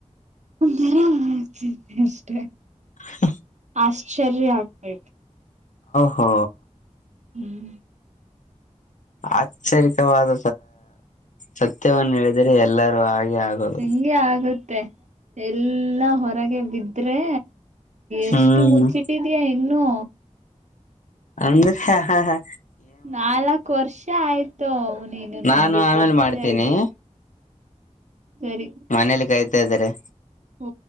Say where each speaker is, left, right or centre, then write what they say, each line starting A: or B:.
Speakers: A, on the right; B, on the left.
A: ಒ ಅಷ್ಟೇ
B: ಹ
A: ಆಶ್ಚರ್ಯ ಆಗ್ಬೇಕು
B: ಹೋ
A: ಹ್ಮ್
B: ಆಚರಿಕವಾದ ಸತ್ಯವನ್ನು ಹೇಳಿದರೆ ಎಲ್ಲರೂ ಹಾಗೆ ಆಗೋದು
A: ಹಗೆ ಆಗುತ್ತೆ ಎಲ್ಲ ಹೊರಗೆ ಬಿದ್ರೆ
B: ಹ್ಮ್
A: ಎಷ್ಟು ಮುಚ್ಚಿಟ್ಟ ಬಿಟ್ಟಿದಯಾ ಇನ್ನೂ
B: ಅ ಹ ಹಾ ಹಾ
A: ನಾಲ್ಕ್ ವರ್ಷ ಆಯ್ತು ನೀನು
B: ನಾನು
A: ನನಗೆ
B: ಆಮೇಲೆ
A: ಪರಿಚ
B: ಮಾಡ್ತೀನಿ
A: ಆಾಗಿ ಸರಿ
B: ಮನೇಲಿ ಕಾಯ್ತಾ ಇದ್ದಾರೆ
A: ಹ